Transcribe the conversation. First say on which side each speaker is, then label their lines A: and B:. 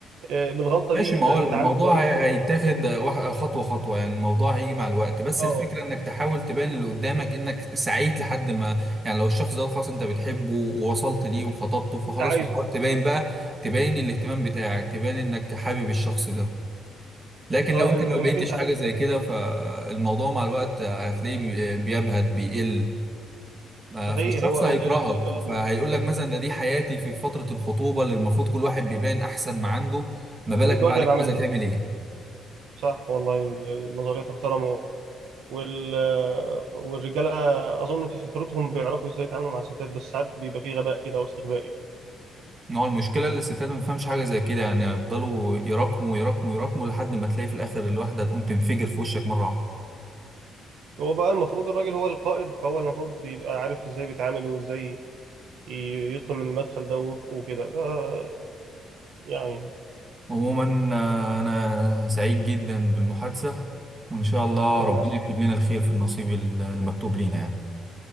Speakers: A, on the right (about 80°); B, on the right (about 25°).
A: آه، من الغلطه
B: ماشي
A: دي يبدا
B: ما هو
A: يتعامل
B: الموضوع
A: كويس
B: هي-
A: و-
B: هيتاخد واح- خطوة خطوة يعني الموضوع هيجي مع الوقت بس
A: اه
B: الفكرة انك تحاول تبان اللي قدامك انك سعيت لحد ما يعني لو الشخص ده خلاص انت بتحبه ووصلت ليه وخطبته فخلاص
A: انت عايزه
B: تحاول تبان بقى تبان الاهتمام بتاعك تبان انك حابب الشخص ده لكن
A: اه
B: لو انت
A: إن-
B: ما
A: انك
B: بقيتش
A: انت عايزه
B: حاجة زي كده فالموضوع مع الوقت هتلاقيه بي- بيبهت بيقل ما-
A: صحيح
B: فالشخص
A: هو
B: هيكرهك
A: ال ال ال
B: فهيقول لك مثلا ده دي حياتي في فترة الخطوبة اللي المفروض كل واحد بيبان احسن ما عنده ما بالك
A: الجواز
B: بعد
A: هيبقى
B: الجواز
A: عامل ازاي
B: هتعمل ايه
A: صح والله ال- النظريه تحترم وال... والرجاله اظن في فطرتهم بيعرفوا ازاي يتعاملوا مع الستات بس ساعات بيبقى في غباء كده واستغباء يعني
B: ان هو المشكلة اللي الستات ما بتفهمش حاجة زي كده يعني هيفضلوا يراكموا يراكموا يراكموا لحد ما تلاقي في الآخر الواحدة تقوم تنفجر في وشك مرة واحدة
A: هو بقى المفروض الراجل هو القائد فهو المفروض يبقى عارف ازاي بيتعامل وازاي ي- يدخل من المدخل ده و- وكده ف- يعني
B: عموما آه، أنا سعيد جدا بالمحادثة وإن شاء الله
A: وانا
B: ربنا
A: اسعد
B: يكتب لنا الخير في النصيب المكتوب لينا يعني